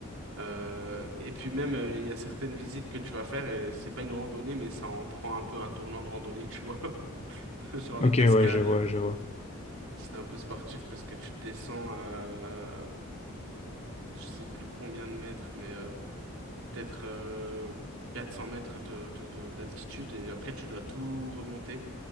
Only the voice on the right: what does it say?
Euh, et puis même, euh, il y a certaines visites que tu vas faire et c'est pas une randonnée, mais ça en prend un peu un tournant de randonnée, tu vois. <laughs> Genre les
cascades,
euh,
c'était un peu sportif parce que tu descends, euh, je sais plus combien de mètres, mais euh, peut-être euh, 400 mètres de, de, de- d'altitude et après tu dois tout remonter.